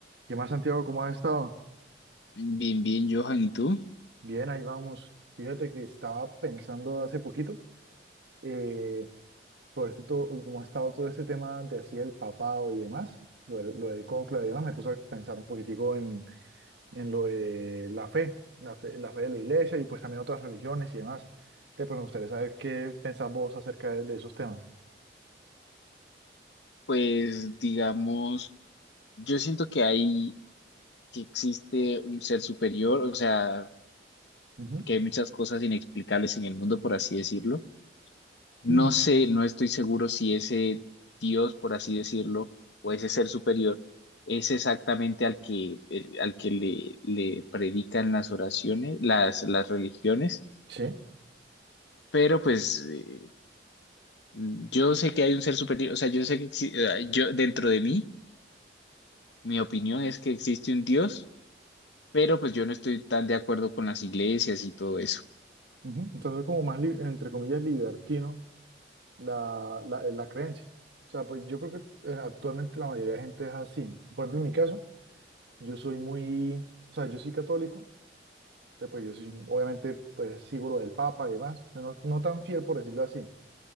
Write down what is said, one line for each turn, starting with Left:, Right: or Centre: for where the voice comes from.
Right: ¿Qué más, Santiago? ¿Cómo has estado?
Left: Bien, bien, Johan, ¿y tú?
Right: Bien, ahí vamos. Fíjate que estaba pensando hace poquito, eh, por este todo, cómo ha estado todo ese tema de así el papado y demás, lo, del- lo del cónclave y demás, me puso a pensar un poquitico en, en lo de la fe, la fe, la fe de la iglesia y pues también otras religiones y demás. Entonces, pues me gustaría saber qué pensás vos acerca de, de esos temas.
Left: Pues digamos, yo siento que hay, que existe un ser superior, o sea,
Right: Ujú.
Left: porque
Right: <clears throat>
Left: hay muchas cosas inexplicables en el mundo, por así decirlo. No
Right: Mm.
Left: sé, no estoy seguro si ese Dios, por así decirlo, o ese ser superior es exactamente al que, el- al que le, le predican las oraciones, las, las religiones,
Right: Sí.
Left: pero pues eh, yo sé que hay un ser superior, o sea, yo sé que exi- eh, yo dentro de mí. Mi opinión es que existe un Dios, pero pues yo no estoy tan de acuerdo con las iglesias y todo eso.
Right: Ujú. Entonces, como más, li- entre comillas, libertino. la, la, eh, la creencia. O sea, pues yo creo que eh, actualmente la mayoría de gente es así. Por ejemplo, en mi caso, yo soy muy, o sea, yo soy católico, que pues yo soy, obviamente, pues sigo lo del Papa y demás, pero no, no tan fiel por decirlo así.